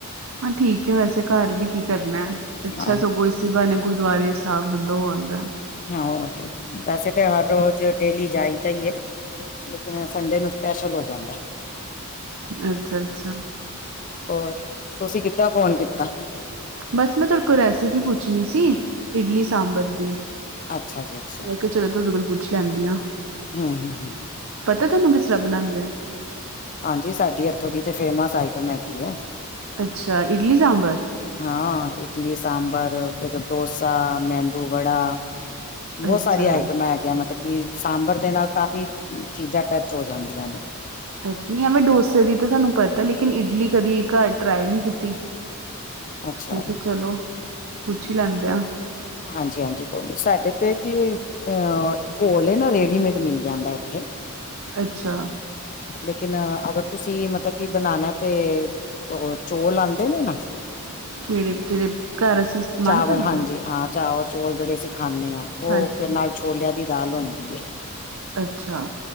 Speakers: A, on the right; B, on the left.
A: ਹਾਂ ਠੀਕ ਏ ਵੈਸੇ ਘਾਰ ਵੀ ਕੀ ਕਰਨੈ, ਅੱਛਾ
B: ਹਾਂ
A: ਸਗੋਂ ਈਸੀ ਬ੍ਹਾਨੇ ਗੁਰਦੁਆਰੇ ਸਾਬ ਬੰਦਾ ਹੋ ਆਂਦੈ।
B: ਹਾਂ ਹੋਰ ਕੇ, ਵੈਸੇ ਤੇ ਹਰ ਰੋਜ ਡੇਲੀ ਜਾਈਦਾ ਈ ਏ ਲੇਕਿਨ ਸੰਡੇ ਨੂੰ ਸਪੈਸ਼ਲ ਹੋ ਜਾਂਦੈ।
A: ਅੱਛਾ ਅੱਛਾ
B: ਹੋਰ, ਤੂਸੀ ਕਿੱਦਾਂ ਫੋਨ ਕੀਤਾ?
A: ਬਾੱਸ ਮੈਂ ਤੂਆਡੇ ਕੋਲ ਰੈਸਿਪੀ ਪੁੱਛਨੀ ਸੀ ਇਡਲੀ ਸਾਂਬਰ ਦੀ,
B: ਅੱਛਾ ਜੀ ਅੱਛਾ
A: ਮੈਂ ਕੇਆ ਚਲੋ ਤੂਆਡੇ ਕੋਲ ਪੁੱਛ ਲੈਂਦੀ ਆਂ।
B: ਹੂੰ, ਹੂੰ, ਹੂੰ।
A: ਪਤਾ ਤੂਆਨੂੰ ਕਿਸ ਤਰਾਂ ਬਨਾਂਦੇ ਐ?
B: ਹਾਂਜੀ, ਸਾਡੀ ਐਥੋਂ ਦੀ ਤੇ ਫੇਮਸ ਆਈਟਮ ਹੈਗੀ ਏ।
A: ਅੱਛਾ, ਇਡਲੀ ਸਾਂਬਰ।
B: ਹਾਂ, ਇਟਲੀ ਸਾਂਬਰ ਫੇਰ ਡੋਸਾ, ਮੇਂਦੂ ਵੜਾ ਬੋਤ
A: ਅੱਛਾ।
B: ਸਾਰੀਆਂ ਆਈਟਮਾਂ ਹੈਗੀਆਂ ਮਤ ਕਿ ਸਾਂਬਰ ਦੇ ਨਾਲ ਕਾਫ਼ੀ ਚੀਜਾ ਟੱਚ ਹੋ ਜਾਂਦੀਆਂ ਨੇ।
A: ਅੱਛ, ਨੀ ਐਂਵੇੈਂ ਡੋਸੇ ਦੀ ਤਾਂ ਸਾਨੂੰ ਪਤੈ, ਲੇਕਿਨ ਇਡਲੀ ਕਦੀ ਘਾਰ ਟਰਾਈ ਨੀ ਕੀਤੀ।
B: ਅੱਛਾ
A: ਮੈਂ ਕੇਆ ਚਲੋ, ਪੁੱਛ ਈ ਲੈਂਦੇ ਆ।
B: ਹਾਂਜੀ-ਹਾਂਜੀ ਕੋਈ ਨੀ, ਸਾਡੇ ਤੇ ਕੀ ਅ ਘੋਲ ਏ ਨਾ ਰੇਡੀਮੇਟ ਮਿਲ ਜਾਂਦੈ ਇੱਥੇ।
A: ਅੱਛਾ।
B: ਲੇਕਿਨ ਅਗਰ ਤੂਸੀ ਮਤਬ ਕੀ ਬਨਾਨੇ ਤੇ, ਓ ਚੌਲ ਆਂਦੇ ਨੇ ਨਾ
A: ਕੈੜੇ, ਜੇੜੇ ਘਾਰ ਅਸੀ ਇਸਤੇਮਾਲ
B: ਚਾਵਲ
A: ਕਰਦੇ
B: ਹਾਂਜੀ
A: ਆਂ?
B: ਹਾਂ, ਚਾਵਲ-ਚੁਵਲ ਜੇੜੇ ਅਸੀ ਖਾਂਨੇ ਆਂ, ਓ
A: ਹਾਂਜੀ
B: ਫਿਰ ਨਾਲ ਛੋਲੇਆਂ ਦੀ ਦਾਲ ਹੁੰਦੀ ਏ।
A: ਅੱਛਾ।